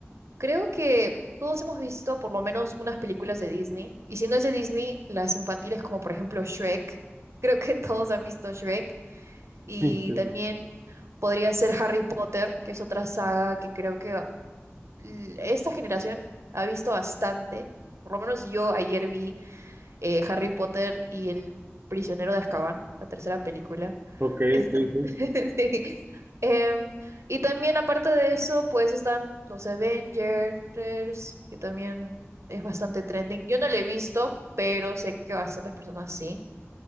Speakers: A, on the right; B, on the right.
A: Creo que todos hemos visto por lo menos unas películas de Disney. Y si no es de Disney, las infantiles como por ejemplo Shrek. <laughs> Creo que todos han visto Shrek. Y
B: <laughs> Sí.
A: también podría ser Harry Potter, que es otra saga que creo que ah, l- esta generación ha visto bastante. Por lo menos yo ayer vi eh, Harry Potter y El Prisionero de Azkaban, la tercera película.
B: Ok,
A: Esto.
B: ok, sí.
A: <laughs> Sí. Em, y también aparte de eso, pues están los Avengers, que también es bastante trending. Yo no lo he visto, pero sé que bastantes personas sí.